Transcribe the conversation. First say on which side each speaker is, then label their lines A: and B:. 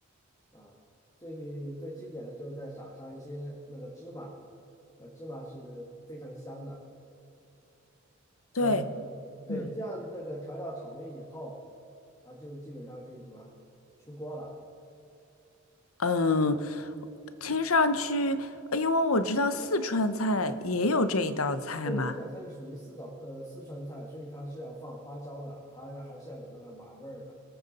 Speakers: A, on the left; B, on the left.
A: 啊，最最经典的就是再撒上一些那个芝麻，呃，芝麻是非常香的。
B: 对，
A: 呃，对，
B: 嗯
A: 这样这个调料炒匀以后，它就基本上可以什么出锅了。
B: 嗯，听上去，因为我知道四川菜也有这一道菜嘛。
A: 对，这道菜是属于四道呃四川菜，所以它是要放花椒的，它还是要有那个麻味儿的。